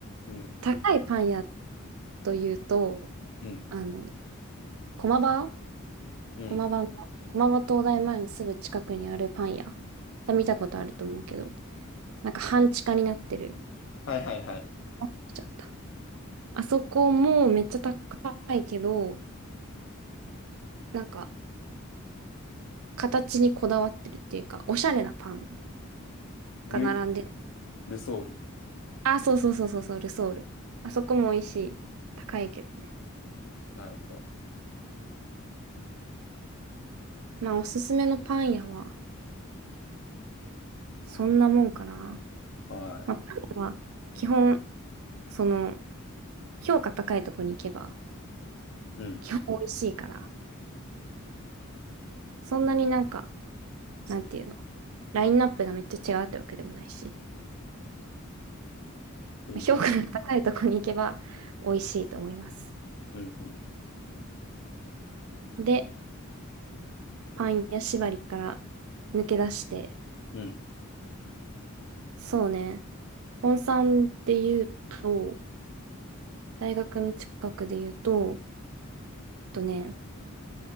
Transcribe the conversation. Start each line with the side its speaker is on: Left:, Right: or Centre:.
Left: うん。
Right: 高いパン屋というと、
Left: うん。
Right: あの、駒場
Left: うん。
Right: 駒場の、駒場東大前のすぐ近くにあるパン屋。さ見たことあると思うけど、なんか半地下になってる。
Left: はいはいはい。
Right: あ見ちゃった。あそこもめっちゃ高いけど、なんか形にこだわってるっていうか、おしゃれなパン
Left: ル、
Right: が並んでる。
Left: ルソール。
Right: あ、そうそうそうそうそう、ルソール。あそこも美味しい。高いけどね。
Left: なるほど。
Right: まあ、おすすめのパン屋は、そんなもんかな。
Left: は
Right: まあ、パンは基本、その、評価高いとこに行けば、
Left: い。うん。
Right: 基本美味しいから、そんなになんか、なんていうの、ラインナップがめっちゃ違うってわけでもないし、
Left: 勉強。
Right: まあ評価の高いとこに行けば美味しいと思います。
Left: うん。うん。
Right: で、パン屋縛りから抜け出して、
Left: うん。
Right: そうね、本山で言うと、大学の近くで言うと、とね、